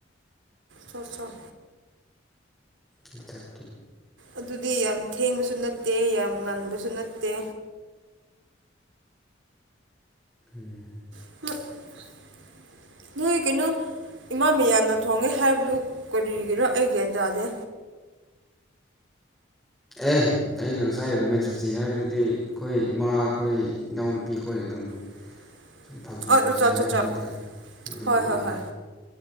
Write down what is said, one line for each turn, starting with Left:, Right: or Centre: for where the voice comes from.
Right: ꯆꯣ ꯆꯣ
Centre: ꯏꯇꯠ
Right: ꯑꯗꯨꯗꯤ ꯌꯥꯝ ꯊꯦꯡꯕꯁꯨ ꯅꯠꯇꯦ ꯌꯥꯝ ꯉꯟꯕꯁꯨ ꯅꯠꯇꯦ
Centre: ꯎꯝ
Right: <inaudible> ꯅꯣꯏ ꯀꯩꯅꯣ ꯏꯃꯥ ꯃꯌꯥꯝꯅ ꯊꯣꯡꯉꯦ ꯍꯥꯏꯕꯗꯨ ꯀꯔꯤꯒꯤꯔ ꯑꯩ ꯒ꯭ꯌꯥꯟ ꯇꯥꯗꯦ
Centre: ꯑꯦ ꯑꯩꯅ ꯉꯁꯥꯏ ꯋꯨꯃꯦꯟ ꯁꯣꯁꯇꯤ ꯍꯥꯏꯕꯗꯨꯗꯤ ꯑꯩꯈꯣꯏ ꯏꯃꯥ ꯈꯣꯏ ꯏꯅꯥꯎꯅꯨꯄꯤ ꯈꯣꯏ ꯑꯗꯨꯝ
Right: <inaudible>
Centre: ꯁꯨꯝ ꯐꯥꯒꯤ
Right: ꯑꯥ
Centre: ꯑꯣꯏꯕꯩ
Right: ꯆꯥ
Centre: ꯍꯥꯏꯕꯅꯤꯗ
Right: ꯆꯥ ꯆꯥ
Centre: ꯑꯗꯨꯒꯤꯅꯤꯗ
Right: ꯍꯣꯏ ꯍꯣꯏ ꯍꯣꯏ